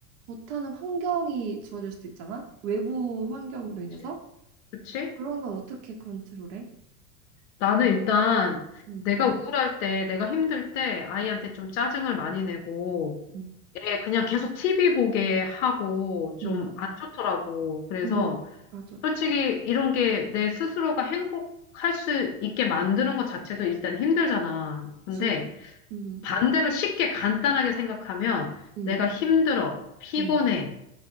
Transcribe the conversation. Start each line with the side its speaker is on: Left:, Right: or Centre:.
Right: 못하는 환경이 주어질 수도 있잖아? 외부 환경으로 인해서?
Left: 그치? 그치?
Right: 그런 건 어떻게 컨트롤해?
Left: 나는 일단
Right: 음,
Left: 내가 우울할 때, 내가 힘들 때 아이한테 좀 짜증을 많이 내고,
Right: 음,
Left: 애 그냥 계속 티비 보게 하고 좀
Right: 음,
Left: 안 좋더라고. 그래서
Right: 음, 맞아.
Left: 솔직히 이런 게 내 스스로가 행복할 수 있게 만드는 것 자체도 일단 힘들잖아. 근데
Right: 그치. 음,
Left: 반대로 쉽게 간단하게 생각하면
Right: 음,
Left: 내가 힘들어, 피곤해.
Right: 음.